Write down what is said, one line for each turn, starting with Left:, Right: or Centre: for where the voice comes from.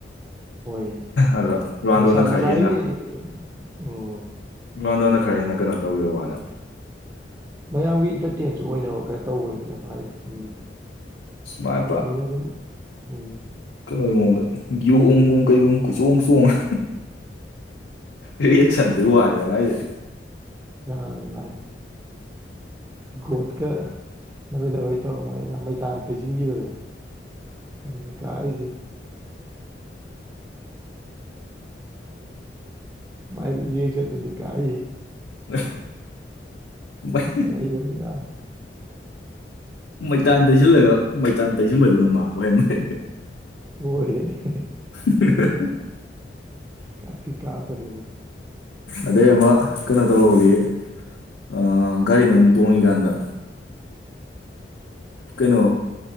Right: ꯍꯣꯏ
Left: ꯑꯗ ꯔꯣꯅꯥꯜꯗꯣꯅ
Right: ꯃꯁꯥ
Left: ꯈꯔ
Right: ꯃꯁꯥꯒꯤ
Left: ꯍꯦꯟꯅ
Right: ꯍꯥꯏꯗꯤ ꯎꯝ
Left: ꯔꫭꯅꯥꯟꯗꯣꯅ ꯈꯔ ꯍꯦꯟꯅ ꯀꯩꯅꯣ ꯇꯧꯕ ꯋꯥꯅꯦꯕ
Right: ꯃꯌꯥꯝꯒꯤ ꯏꯟꯇꯔꯇꯦꯟꯖꯨ ꯑꯣꯏꯅꯕ ꯈꯔ ꯇꯧꯕꯩꯅꯤꯗ ꯃꯥꯏꯗꯣ ꯎꯝ
Left: ꯃꯥꯏ
Right: ꯍꯥꯏꯗꯤ ꯃꯤꯅ ꯑꯗꯨꯝ ꯎꯝ
Left: ꯀꯩꯅꯣ ꯃꯉꯣꯟꯗ ꯌꫭꯡꯒꯨꯝ ꯀꯩꯒꯨꯝ ꯀꯣꯏꯆꯣꯡ ꯆꯣꯡꯉ ꯔꯤꯌꯦꯛꯁꯟꯗꯨꯒꯤ ꯋꯥꯅꯤꯗ ꯃꯥꯏꯗꯤ
Right: ꯌꯥꯥꯕꯅꯤ ꯃꯥꯖꯦ ꯒꯣꯠꯀ ꯅꯃꯤꯟꯅꯕꯩ ꯇꯧꯔꯃꯩꯅ ꯃꯩꯇꯥꯟ ꯇꯩꯁꯤꯟꯈꯤꯕꯗꯣ ꯑꯗꯨꯅꯤ ꯀꯥꯛꯏꯖꯦ ꯃꯥꯏ ꯔꯤꯌꯦꯛꯁꯟꯗꯨꯅꯤ ꯀꯥꯛꯏꯖꯦ
Left: <unintelligible> <unintelligible>
Right: ꯅꯩꯕꯅꯤ ꯅꯥ
Left: ꯃꯩꯇꯥꯟ ꯇꯩꯁꯤꯜꯂꯒ ꯃꯩꯇꯥꯟ ꯇꯩꯁꯤꯟꯕꯗꯨꯅ ꯃꯥ ꯑꯣꯏꯍꯟꯕ
Right: ꯍ‌ꯣꯏꯍ‌ꯦ
Left: ꯍ <unintelligible>
Right: ꯀꯥꯛꯇꯤ ꯀꯥꯛꯄꯅꯤꯗ
Left: ꯑꯗꯩ ꯑꯃ ꯀꯩꯅꯣ ꯇꯧꯕꯒꯤ ꯑ ꯒꯥꯔꯤ ꯃꯅꯨꯡ ꯇꯣꯡꯉꯤꯀꯥꯟꯗ ꯀꯩꯅꯣ